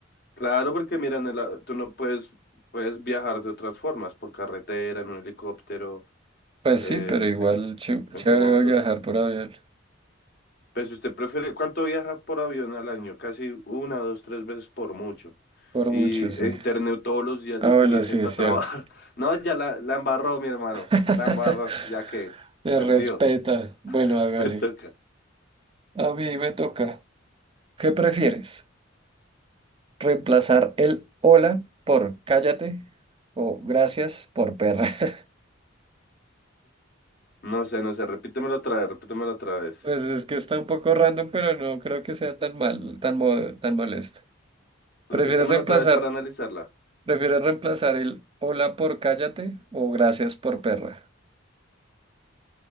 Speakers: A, on the left; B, on the right.
A: Claro, porque mira, en el a- tú no puedes, puedes viajar de otras formas, por carretera, en un helicóptero.
B: Pues
A: en,
B: sí, pero igual
A: en-
B: ch-
A: en
B: chévere
A: moto.
B: va a viajar por avión.
A: Pues si usted prefiere, ¿cuánto viaja por avión al año? Casi una, dos, tres veces por mucho.
B: Por
A: Y
B: mucho, sí.
A: e internet todos los días
B: Ah,
A: lo utiliza
B: bueno, sí,
A: y para
B: es cierto.
A: trabajar. <laughs> No, ya la, la embarró, mi hermano.
B: <laughs>
A: La embarró, ya que
B: Te
A: perdió.
B: respeta. Bueno,
A: <laughs>
B: hágale.
A: Me toca.
B: A mí me toca. ¿Qué prefieres? Reemplazar el hola por cállate o gracias por perra. <laughs>
A: No sé, no sé. Repítemelo otra vez, repítemelo otra vez.
B: Pues es que está un poco random, pero no creo que sea tan mal, tan mo- tan molesto. ¿Prefieres
A: Repítemelo
B: reemplazar,
A: otra vez para analizarla.
B: prefieres reemplazar el hola por cállate o gracias por perra?